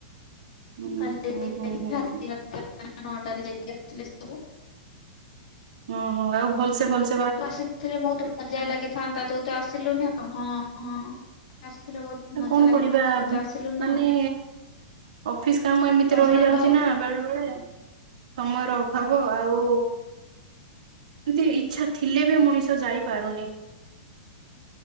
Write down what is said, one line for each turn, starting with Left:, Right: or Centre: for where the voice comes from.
Right: ହୁଁ
Left: କାଲି
Right: ହୁଁ
Left: ଯାଇକି
Right: ହୁଁ ହୁଁ ହୁଁ।
Left: ରା <inaudible> ନଅଟାରେ ଯାଇକି ଆଥିଲେ ସବୁ।
Right: ଓ ହୋ! ଆଉ ଭଲ୍ ସେ, ଭଲ୍ ସେ
Left: ତୁ ଆସିଥିଲେ, ବହୁତ ମଜା ଲାଗିଥାନ୍ତା। ତୁ ତ ଆସିଲୁନି ଆଉ, ହଁ-ହଁ- ଆସିଥିଲେ ବହୁତ ମଜା
Right: କଣ
Left: ଲାଗିଥାନ୍ତା
Right: କରିବା
Left: ତୁ ତ ଆସିଲୁନି
Right: ମାନେ
Left: ଆଉ
Right: ଅଫିସ କାମ ଏମିତି
Left: ତମର
Right: ରହିଯାଉଛି
Left: ଅଭାବ
Right: ନା ବେଳେ ବେଳେ, ସମୟର ଅଭାବ।
Left: ହଁ।
Right: ଆଉ ଏମିତି ଇଚ୍ଛା ଥିଲେ ବି ମଣିଷ ଯାଇପାରୁନି!